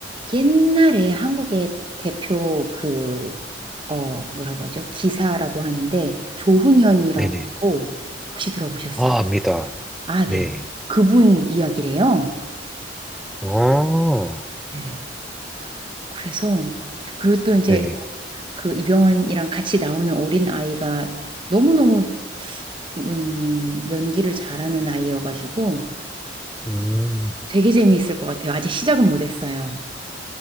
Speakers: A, on the right (about 30°); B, in the centre.
A: 옛날에 한국의 대표 그, 어, 뭐라고 하죠? 기사라고 하는데 조훈현이라고
B: 네네.
A: 혹시 들어보셨어요?
B: 아, 압니다.
A: 아,
B: 네.
A: 네. 그분 이야기래요.
B: 어,
A: 네. 그래서 그리고 또 이제
B: 네네.
A: 그 이병헌이랑 같이 나오는 어린 아이가 너무너무 음, 연기를 잘하는 아이여가지고
B: 음,
A: 되게 재미있을 것 같아요. 아직 시작은 못했어요.